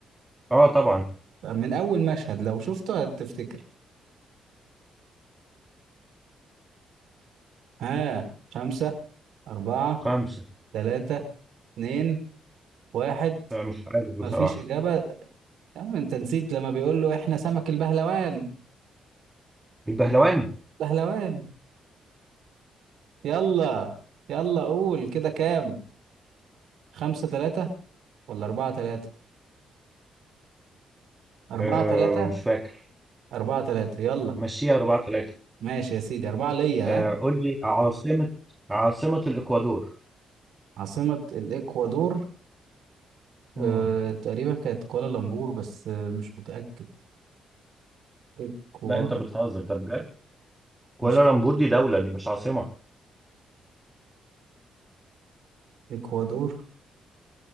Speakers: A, on the right; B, on the right.
A: اه طبعا
B: من أول مشهد لو شفته هتفتكر ها خمسة أربعة
A: خمسة
B: ثلاثة اتنين واحد
A: لا مش عارف بصراحة
B: مفيش إجابة يا عم أنت نسيت لما بيقول له إحنا سمك البهلوان
A: البهلوان
B: بهلوان يلا يلا قول كده كام خمسة ثلاثة ولا أربعة ثلاثة أربعة
A: آه
B: ثلاثة
A: مش فاكر
B: أربعة ثلاثة يلا
A: مشيها أربعة ثلاثة.
B: ماشي يا سيدي أربعة ليا
A: آه،
B: ها
A: قول لي عاصمة عاصمة الإكوادور
B: عاصمة الإكوادور
A: مم.
B: أه تقريبا كانت كوالالمبور بس آه، مش متأكد إكوا
A: لا انت بتهزر ده بجد كوالالمبور
B: مش
A: دي دولة دي مش عاصمة
B: إكوادور